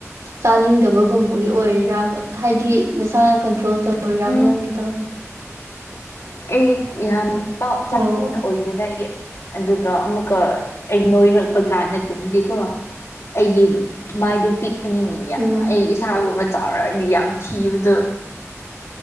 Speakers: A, on the right; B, on the left.
A: ꯆꯥꯅꯤꯡꯗꯕꯒꯨꯝꯕꯒꯤ ꯑꯣꯏꯔꯤꯔꯕ ꯍꯥꯏꯗꯤ ꯅꯁꯥꯅ ꯀꯟꯇ꯭ꯔꯣꯜ ꯇꯧꯔꯤꯔꯕ
B: ꯎꯝ
A: ꯅꯪꯒꯤꯗꯣ
B: ꯑꯩ ꯌꯥꯝ ꯄꯥꯛ
A: ꯑꯣ
B: ꯆꯂꯦꯟꯁ ꯑꯣꯏꯗꯦꯗ ꯑꯩ ꯑꯗꯨꯒ ꯑꯃꯨꯛꯀ ꯑꯩ ꯅꯣꯏꯔꯛꯄ ꯀꯥꯟꯗꯒꯨꯝꯕꯗꯤꯀꯣ ꯑꯩꯒꯤ ꯃꯥꯏꯗꯣ ꯄꯤꯛꯄꯅꯤꯅ
A: ꯎꯝ
B: ꯑꯩ ꯏꯁꯥꯒꯨꯝꯕ ꯆꯥꯎꯔꯛꯑꯗꯤ ꯌꯥꯝ ꯊꯤꯕꯗꯣ